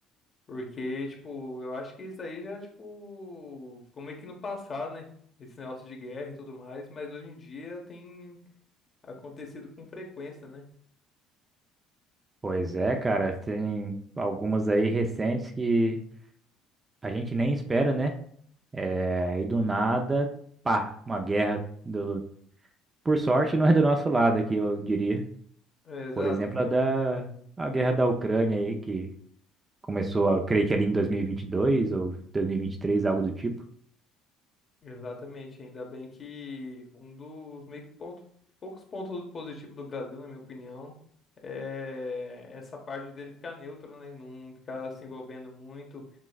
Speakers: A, on the left; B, on the right.
A: porque, tipo, eu acho que isso aí já, tipo, ficou meio que no passado, né? Esse negócio de guerra e tudo mais, mas hoje em dia tem acontecido com frequência, né?
B: Pois é, cara. Tem algumas aí recentes que a gente nem espera, né? É, E do nada, pá, uma guerra do... Por sorte, não é do nosso lado aqui, eu diria.
A: É, exato,
B: Por exemplo,
A: tipo.
B: a da a guerra da Ucrânia aí, que começou, a, creio que ali em 2022 ou 2023, algo do tipo.
A: Exatamente, ainda bem que um dos meio que ponto, poucos pontos positivos do Brasil, na minha opinião, é essa parte dele ficar neutro, né? Não ficar se envolvendo muito